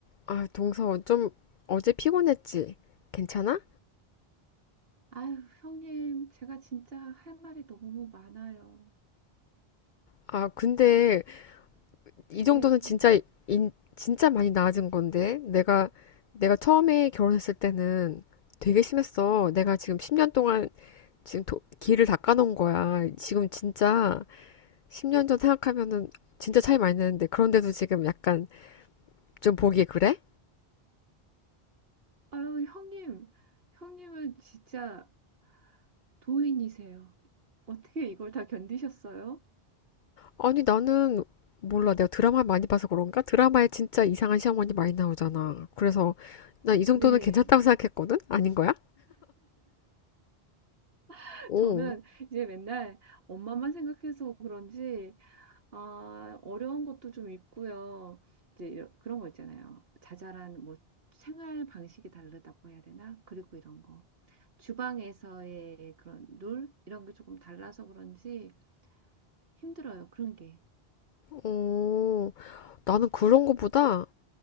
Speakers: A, on the left; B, on the right.
A: 아, 동서, 좀 어제 피곤했지? 괜찮아?
B: 아유, 형님, 제가 진짜 할 말이 너무 많아요.
A: 아, 근데 이 정도는
B: 네.
A: 진짜, 인, 진짜 많이 나아진 건데. 내가, 내가 처음에 결혼했을 때는 되게 심했어. 내가 지금 10년 동안 지금 도, 길을 닦아놓은 거야. 지금 진짜 10년 전 생각하면은 진짜 차이 많이 나는데. 그런데도 지금 약간 좀 보기에 그래?
B: 아유, 형님, 형님은 진짜 도인이세요. 어떻게 이걸 다 견디셨어요?
A: 아니, 나는 몰라. 내가 드라마 많이 봐서 그런가? 드라마에 진짜 이상한 시어머니 많이 나오잖아. 그래서 나 이 정도는
B: 네.
A: 괜찮다고 생각했거든? 아닌 거야?
B: <laughs>
A: 어,
B: 저는 이제 맨날 엄마만 생각해서 그런지, 아, 어려운 것도 좀 있고요. 이제 이런- 그런 거 있잖아요. 자잘한 뭐 생활 방식이 다르다고 해야 되나? 그리고 이런 거. 주방에서의 그런 룰? 이런 게 조금 달라서 그런지, 힘들어요. 그런 게.
A: 어, 나는 그런 거보다,